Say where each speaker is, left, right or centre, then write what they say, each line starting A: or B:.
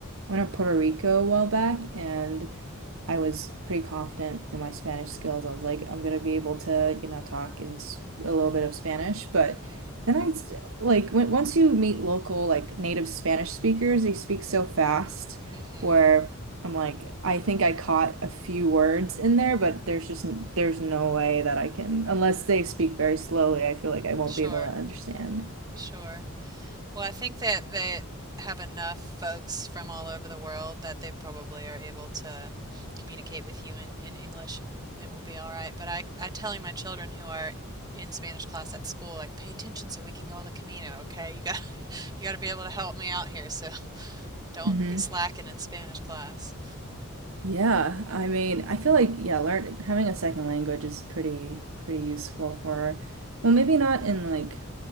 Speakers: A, on the right; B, on the right.
A: I went to Puerto Rico a while back and I was pretty confident in my Spanish skills. I was like, I'm gonna be able to, you know, talk in s- a little bit of Spanish. But then I s- like when, once you meet local like native Spanish speakers, they speak so fast
B: hmm
A: where I'm like, I think I caught a few words in there, but there's just n- there's no way that I can unless they speak very slowly. I feel like I won't
B: Sure,
A: be able to understand.
B: sure. Well, I think that they have enough folks from all over the world that they probably are able to communicate with you in, in English and it will be all right. But I, I telling my children who are in Spanish class at school, like, pay attention so we can go on the Camino, okay? You got <laughs> you got to be able to help me out here, so <laughs> don't
A: Mm-hmm.
B: be slacking in Spanish class.
A: Yeah, I mean, I feel like yeah, learn having a second language is pretty pretty useful for, well, maybe not in like,